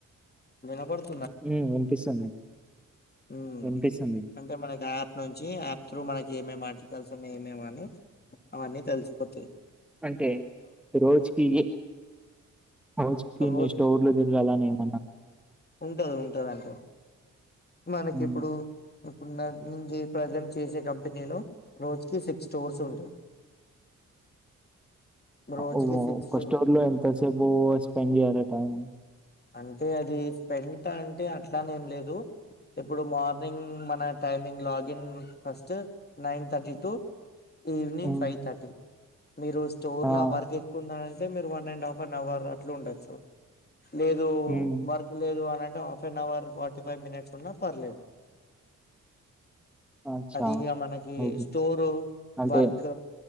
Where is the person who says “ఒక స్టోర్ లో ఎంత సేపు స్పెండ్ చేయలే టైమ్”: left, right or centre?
Centre